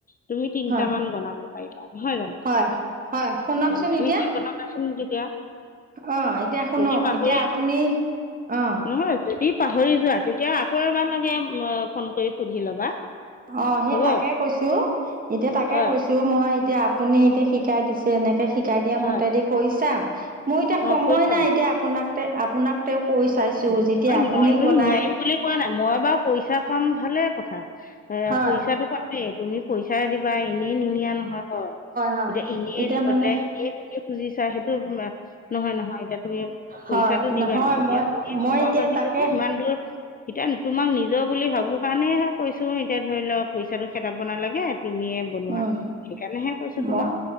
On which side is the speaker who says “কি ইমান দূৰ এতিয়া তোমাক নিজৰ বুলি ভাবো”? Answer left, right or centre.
Left